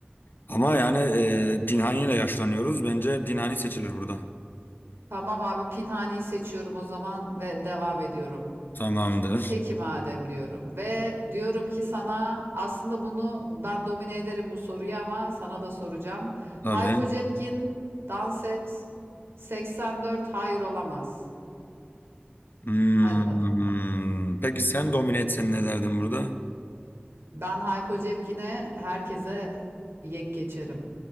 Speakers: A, on the left (about 55°); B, on the right (about 90°).
A: Ama yani e, Pinhani ile yaşlanıyoruz. Bence Pinhani seçilir burada.
B: Tamam abi Pinhani'yi seçiyorum o zaman ve devam ediyorum.
A: Tamamdır.
B: Peki madem diyorum ve diyorum ki sana aslında bunu ben domine ederim bu soruyu ama sana da soracağım.
A: Tabii.
B: Hayko Cepkin dans et 84 hayır olamaz.
A: Hmm.
B: Hadi bakalım.
A: Peki sen domine etsen ne derdin burada?
B: Ben Hayko Cepkin'e herkese yek geçerim.